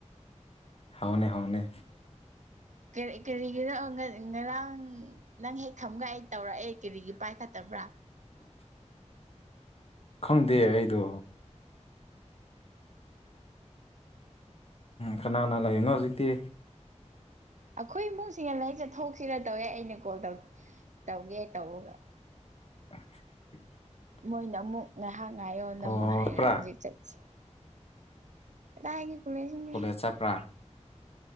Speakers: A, on the left (about 55°); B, on the right (about 80°).
A: ꯍꯥꯎꯅꯦ ꯍꯧꯅꯦ
B: ꯀꯔꯤ ꯀꯔꯤꯒꯤꯅꯣ ꯉꯔꯥꯡ ꯅꯪ ꯍꯦꯛ ꯈꯝꯒ ꯑꯩ ꯇꯧꯔꯛꯑꯦ ꯀꯔꯤꯒꯤ ꯄꯥꯏꯈꯠꯇꯕ꯭ꯔꯥ
A: <inaudible> ꯈꯪꯗꯦ ꯑꯩꯗꯣ ꯀꯅꯥꯅꯥ ꯂꯩꯔꯤꯅꯣ ꯍꯧꯖꯤꯛꯇꯤ
B: ꯑꯩꯈꯣꯏ ꯏꯃꯨꯡꯁꯤꯅ ꯂꯥꯏꯔꯤ ꯆꯠꯊꯣꯛꯁꯤꯔ ꯇꯧꯋꯦ ꯑꯩꯅ ꯀꯣꯜꯧ ꯇꯧꯒꯦ ꯇꯧꯔꯒ
A: <inaudible>
B: ꯃꯣꯏꯅ ꯑꯃꯨꯛ ꯉꯥꯏꯍꯥꯛ ꯉꯥꯏꯌꯣꯅ
A: ꯑꯣ
B: ꯑꯃꯨꯛ ꯍꯥꯏꯔꯦ
A: ꯆꯠꯄ꯭ꯔꯥ
B: ꯍꯧꯖꯤꯛ ꯆꯠꯁꯤ ꯇꯥꯏ ꯍꯥꯏꯦꯒꯦ ꯀꯨꯝꯅꯦꯁꯒ
A: ꯑꯆꯥꯄ꯭ꯔꯥ